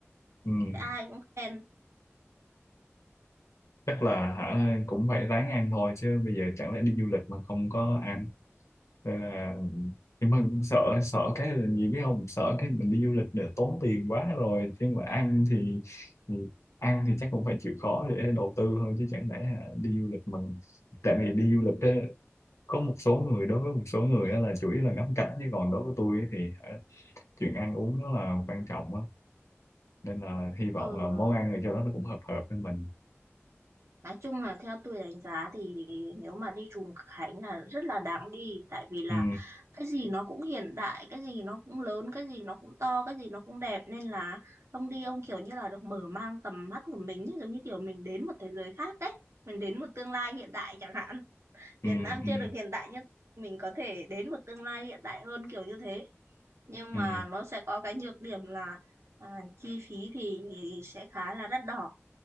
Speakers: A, on the left; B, on the right.
A: ừ
B: thế ai cũng khen
A: chắc là hả cũng phải ráng ăn thôi chứ bây giờ chẳng lẽ đi du lịch mà không có ăn Nên là nhưng mà sợ sợ cái là gì biết không sợ cái mình đi du lịch để tốn tiền quá rồi nhưng mà ăn thì, thì ăn thì chắc cũng phải chịu khó để đầu tư thôi chứ chẳng lẽ hả, đi du lịch mình tại vì đi du lịch á, có một số người đối với một số người á là chủ yếu là ngắm cảnh chứ còn đối với tôi ấy thì hả, chuyện ăn uống nó là quan trọng á nên là hy vọng
B: Ừ,
A: là món ăn ở chỗ đó nó cũng hợp hợp với mình
B: nói chung là theo tôi đánh giá thì nếu mà đi Trùng Khánh là rất là đáng đi tại vì là
A: ừ
B: cái gì nó cũng hiện đại, cái gì nó cũng lớn, cái gì nó cũng to, cái gì nó cũng đẹp nên là ông đi ông kiểu như là được mở mang tầm mắt của mình ý, giống như kiểu mình đến một thế giới khác đấy, mình đến một tương lai hiện đại chẳng hạn.
A: ừ
B: Việt Nam
A: ừ
B: chưa được hiện đại nhưng mình có thể đến một tương lai hiện đại hơn kiểu như thế. Nhưng
A: ừ
B: mà nó sẽ có cái nhược điểm là à, chi phí thì sẽ khá là đắt đỏ.